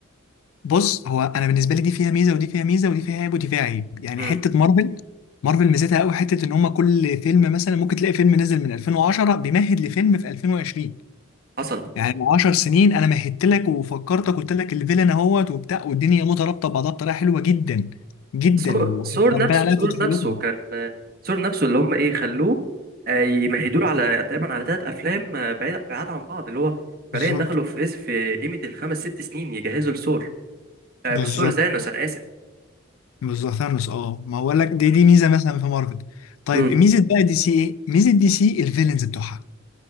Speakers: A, on the left (about 85°); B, on the right (about 45°).
A: بص هو انا بالنسبه لي دي فيها ميزه ودي فيها ميزه ودي فيها عيب ودي فيها عيب يعني
B: مم.
A: حته مارفل مارفل ميزتها قوي حته ان هم كل فيلم مثلا ممكن تلاقي فيلم نزل من 2010 بيمهد لفيلم في 2020
B: حصل
A: يعني من 10 سنين انا مهدت لك وفكرتك قلت لك الفيلن اهوت وبتاع والدنيا مترابطه ببعضها بطريقه حلوه جدا جدا
B: سور سور
A: وربنا
B: نفسه
A: عليها
B: سور
A: في طفولتنا
B: نفسه كان سور نفسه اللي هم ايه خلوه آه، يمهدوا له على تقريبا على ثلاث افلام آه، بعيد بعاد عن بعض اللي هو
A: بالظبط
B: فعليا دخلوا في اس في قيمه الخمس ست سنين يجهزوا لسور آه،
A: بالظبط
B: مش سور زانوس انا اسف
A: بالظبط ثانوس اه ما هقول لك دي
B: ثانوس.
A: دي ميزه مثلا في مارفل طيب
B: امم
A: ميزه بقى دي سي ايه ميزه دي سي الفيلنز بتوعها